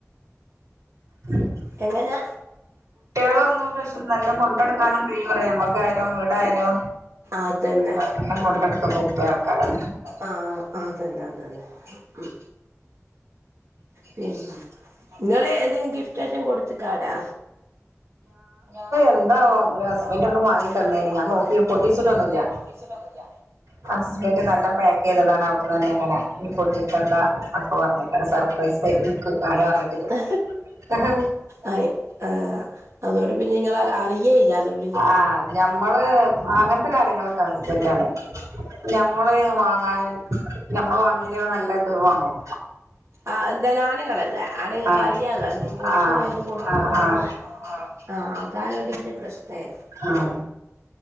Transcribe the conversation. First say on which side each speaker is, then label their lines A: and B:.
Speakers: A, on the right; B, on the right.
A: <inaudible>
B: എങ്ങനെ
A: കുട്ടികളൊന്നും പ്രശ നല്ല കൊണ്ടെടക്കാനും കെ പറ നമ്മുക്കായാലും വീടായാലോ
B: അതന്നെ
A: നല്ലം കൊണ്ടടക്കാൻ പറ്റിയ ആൾക്കാരാണ്.
B: ആഹ അതന്നെ അതുന്നെ ഉ പിന്നെ നിങ്ങള് എന്തെങ്കിലും ഗിഫ്റ്റ് യിട്ടും കൊടുത്തക്കാടാ ഞാനിപ്പോ
A: എന്താവോ ഒരു
B: എന്താവും
A: ഹസ്ബൻഡ് ഒന്നും വാങ്ങി
B: ഹസ്ബൻഡ്
A: തന്നേന്
B: ഒന്ന് വാങ്ങി
A: ഞാൻ നോക്കി
B: തന്നിരുന്
A: പൊട്ടിച്ചിട്ടൊന്നുല്ല
B: ഞാൻ നോകി പൊട്ടിച്ചിട്ടന്നില്ല
A: ഹസ്ബൻഡ് നല്ല പാക്ക് ചെയ്തതാണ് അവിടുന്ന് തന്നെ അങ്ങനെ പൊട്ടിച്ചന്താ അപ്പൊ പറഞ്ഞിട്ട സർപ്രൈസ ആയി്ട്ടാനെ ആരുംപറഞ്ഞട്ടല്ലോ <unintelligible>
B: ആ
A: ആഹ
B: ആ ആ അതുകൊണ്ട് പിന്നെ നിങ്ങ അറിയേ ഇല്ല അതുള്ളി ല്
A: ആ ഞമ്മള് അങ്ങനത്തെ കാര്യങ്ങളൊക്കെ അർജൻ്റാണ് ഞമ്മള് വാങ്ങാന് നമ്മ വാങ്ണി യങ്കി നല്ലന്തൂ വാങ്ങും
B: ആഹ എന്തായാലും ആണുങ്ങളല്ലേ ആണുങ്ങൾക്ക്
A: ആഹ്
B: അറിയാാലോ എന്ത് കൊടു
A: ആഹ്
B: ക്ക ഏത് കൊടുക്കണം
A: ആഹ്
B: എന്നുള്ള
A: ആഹ്
B: ആ അതായൊണ്ട് പിന്നെ പ്രശ്നരുന്നു
A: ആഹ